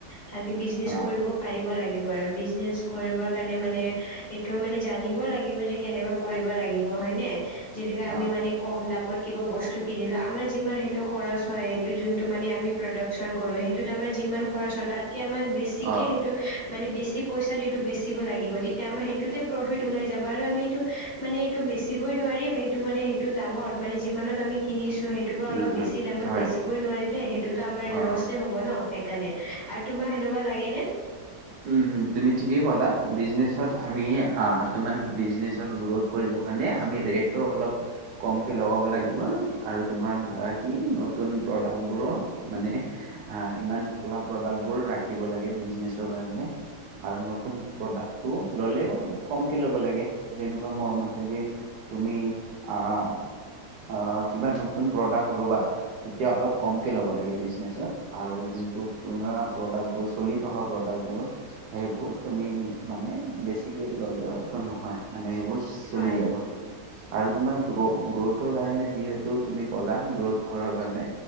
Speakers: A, on the left (about 30°); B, on the right (about 85°).
A: ভালকে বিজনেচ
B: অ',
A: কৰিব পাৰিব লাগিব। বিজনেচ কৰিবৰ কাৰণে মানে এইটো মানে জানিব লাগিব যে কেনেকুৱা কৰিব লাগিব হয়নে? আমি
B: অ',
A: মানে কম দামত কিবা বস্তু কিনিলোঁ আমাৰ যিমান সেইটো খৰচ হয় সেইটো যোনটো মানে আমি প্ৰডাকশচন কৰোঁ সেইটোত আমাৰ যিমান খৰচ হয় তাত আমাৰ বেছিকে
B: অ',
A: সেইটো মানে বেছি পইচাত এইটো বেচিব লাগিব তেতিয়া আমাৰ সেইটোতে প্ৰফিট ওলাই যাব আৰু আমি এইটো মানে এইটো বেচিবই নোৱাৰিম সটো মানে, সেইটো দামত মানে যিমানত আমি কিনিছো? ত', সেইটোৰ পৰা
B: উম,
A: অলপ বেছি
B: উম,
A: দামত
B: হয়,
A: বেচিবই নোৱাৰিলে সেইটোতো আমাৰ
B: অ'।
A: ল'চে হ'ব ন? কাৰণে আৰু তোমাক সেনেকুৱা লাগে নে?
B: উ'ম, উম ', তুমি ঠিকেই ক'লা বিজনেচত আমি আঁহ ', তোমাৰ বিজনেচত গ্ৰোথ কৰিব কাৰণে আমি ৰেট অলপ কমকে লগাব লাগিব আৰু তোমাৰ ধৰা কি নতুন প্ৰডাক্ট বোৰো মানে ইমান চলা প্ৰডাক্ট বোৰ ৰাখিব লাগে বিজনেছত নিজৰ কাৰণে আৰু নতুন প্ৰডাক্টটো ললেও কম কে ল'ব লাগে যেনেকুৱা মোৰ মতে দি তুমি আঁহ', - আঁহ ', কিবা নতুন প্ৰডাক্ট লবা তেতিয়া অলপ কমকে লব লাগে বিজনেছত আৰু জোনটো পুৰণা প্ৰডাক্ট বোৰ চলি থকা ভিতৰত প্ৰডাক বোৰ সেইবোৰ তুমি মানে বেছিকে ললেও একো নহয় মানে সেইবোৰ চলি
A: হয়
B: যাব আৰু তোমাৰ গ্ৰ- গ্ৰ'থৰ কাৰণে যিহেতু তুমি ক'লা গ্ৰ'থ কৰাৰ কাৰণে